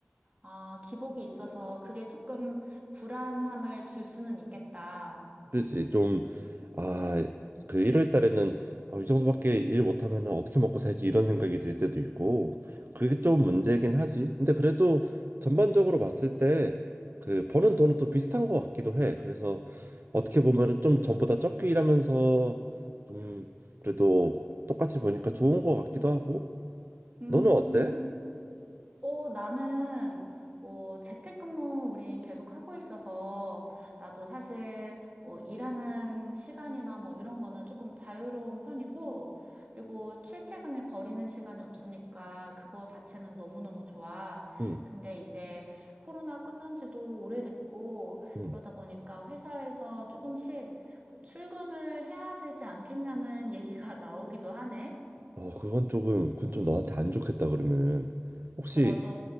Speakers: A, on the right; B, on the right.
A: 아, 기복이 있어서 그게 조금 불안함을 줄 수는 있겠다.
B: 그렇지 좀 아 그 1월 달에는 아, 이 정도밖에 일 못하면 어떻게 먹고 살지 이런 생각이 들 때도 있고 그게 좀 문제긴 하지. 근데 그래도 전반적으로 봤을 때 그 버는 돈은 또 비슷한 것 같기도 해. 그래서 어떻게 보면은 좀 전보다 적게 일하면서 좀 그래도 똑같이 보니까 좋은 것 같기도 하고
A: 음,
B: 너는 어때?
A: 참, 어, 나는, 뭐, 재택근무 우린 계속 하고 있어서, 나도 사실, 뭐, 일하는 시간이나 뭐, 이런 거는 조금 자유로운 편이고, 그리고 출퇴근에 버리는 시간이 없으니까, 그거 자체는 너무너무 좋아.
B: 응,
A: 근데 이제, 코로나 끝난 지도 오래됐고,
B: 응.
A: 그러다 보니까 회사에서 조금씩, 뭐 출근을 해야 되지 않겠냐는 얘기가 <laughs> 나오기도 하네.
B: 어, 그건 조금, 그건 좀 너한테 안 좋겠다 그러면은 혹시
A: 맞아.